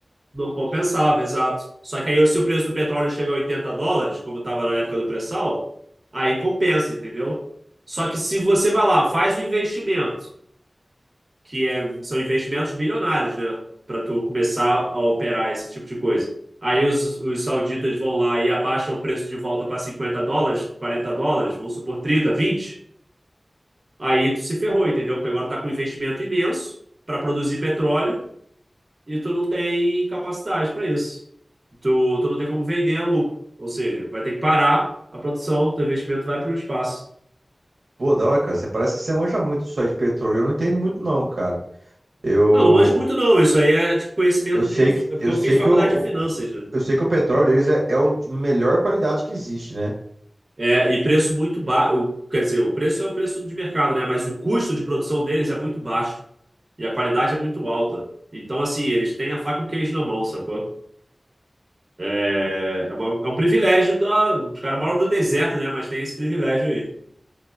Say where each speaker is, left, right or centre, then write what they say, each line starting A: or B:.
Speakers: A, on the right; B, on the right.
A: não compensava, exato. Só que aí, se o preço do petróleo chega a 80 dólares, como estava na época do pré-sal, aí compensa, entendeu? Só que se você vai lá, faz o investimento, que é- são investimentos bilionários, né? Para tu começar a operar esse tipo de coisa. Aí os, os sauditas vão lá e abaixam o preço de volta para 50 dólares, 40 dólares, vamos supor 30, 20. Aí tu se ferrou, entendeu? Porque agora tá com um investimento imenso para produzir petróleo e tu não tem capacidade para isso. Tu, tu não tem como vender a lucro. Ou seja, vai ter que parar a produção, teu investimento vai para o espaço.
B: Pô, da hora, cara, você parece que você manja muito disso aí de petróleo. Eu não entendo muito, não, cara. Eu,
A: Não, não manjo muito não. Isso aí é tipo conhecimento
B: eu sei
A: de.
B: que,
A: É porque
B: eu
A: eu
B: sei
A: fiz faculdade
B: que, o,
A: de finanças, né?
B: eu sei que o petróleo deles é, é o de melhor qualidade que existe, né?
A: É, e preço muito baixo. Quer dizer, o preço é o preço de mercado, né? Mas o custo de produção deles é muito baixo e a qualidade é muito alta. Então, assim, eles têm a faca e o queijo na mão, sacou? É, é, uma- é um privilégio da. Os caras moram no deserto, né? Mas tem esse privilégio aí.